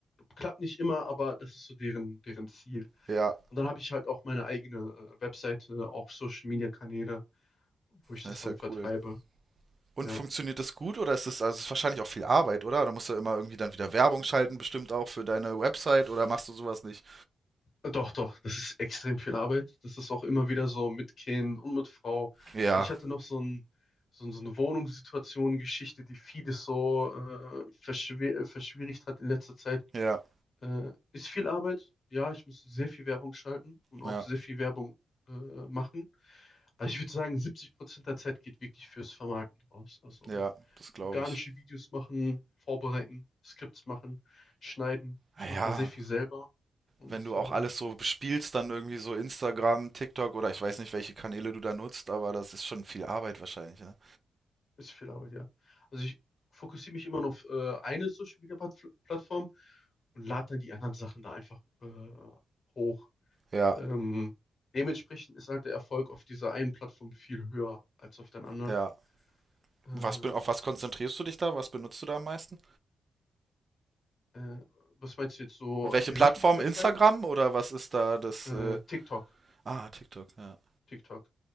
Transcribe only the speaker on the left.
klappt nicht immer, aber das ist so deren, deren Ziel.
Und dann habe ich halt auch meine eigene äh, Webseite, auch Social Media Kanäle, wo ich
das
dann
vertreibe.
Ja.
Doch, doch, das ist extrem viel Arbeit. Das ist auch immer wieder so mit Kind und mit Frau.
Und ich hatte noch so ein, so, ein- so eine Wohnungssituation, Geschichte, die vieles so äh, verschwer äh, verschwierigt hat in letzter Zeit.
Äh, ist viel Arbeit. Ja, ich muss sehr viel Werbung schalten und auch
sehr viel Werbung äh, machen. Also ich würde sagen, 70% der Zeit geht wirklich fürs Vermarkten draus. Also
organische
Videos machen, vorbereiten, Skripts machen, schneiden. Ich
mache da sehr viel selber und
äh,
ist viel Arbeit, ja. Also ich fokussiere mich immer nur auf äh, eine Social Media Plat- Plattform und lade dann die anderen Sachen da einfach äh, hoch.
Ähm, dementsprechend ist halt der Erfolg auf dieser einen Plattform viel höher als auf den anderen.
Äh,
äh, was meinst du jetzt so?
Die
Sachen, die ich vertreibe?
Äh,
TikTok.
TikTok.